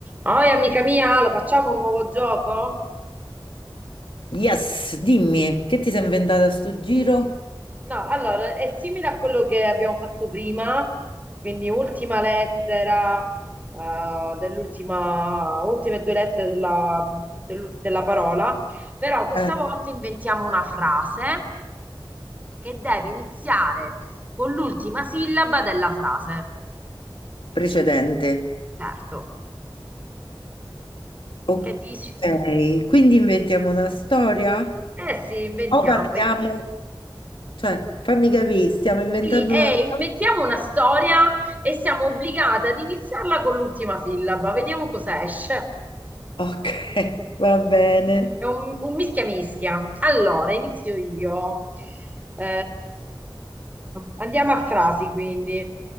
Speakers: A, on the right (about 20°); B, on the left (about 75°).
A: Oi, amica mia, lo facciamo un nuovo gioco?
B: Yes, dimmi, che ti sei inventata a sto giro?
A: No, allora è simile a quello che abbiamo fatto prima, quindi ultima lettera, eh, dell'ultima, ultime due lettere della, dell'ul- della parola, però questa
B: Eh,
A: volta inventiamo una frase che deve iniziare con l'ultima sillaba della frase.
B: precedente.
A: Certo,
B: Ok,
A: che dici?
B: quindi inventiamo una storia?
A: Eh sì, inventiamo.
B: O parliamo? Cioè, fammi capire, stiamo inventando
A: Sì, e
B: una storia?
A: inventiamo una storia e siamo obbligate ad iniziarla con l'ultima sillaba. Vediamo cosa esce.
B: Ok, <laughs> va bene.
A: È un, un mischia mischia. Allora, inizio io. Eh, andiamo a frasi, quindi.